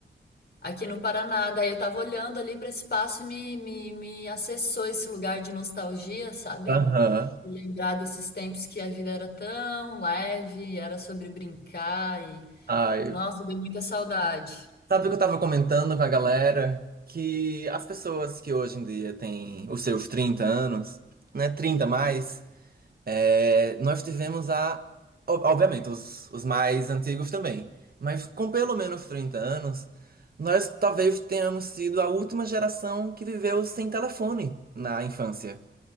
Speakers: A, on the left; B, on the right.
A: aqui no Paraná. Daí eu tava olhando ali para esse espaço e me, me, me acessou esse lugar de nostalgia, sabe?
B: Aham.
A: E lembrar desses tempos que a vida era tão leve, era sobre brincar e.
B: Ai.
A: Nossa, deu muita saudade.
B: Sabe o que eu tava comentando com a galera? Que as pessoas que hoje em dia têm os seus 30 anos, né? trinta mais. É, nós tivemos a. o- Obviamente, os, os mais antigos também. Mas com pelo menos 30 anos, nós talvez tenhamos sido a última geração que viveu sem telefone na infância.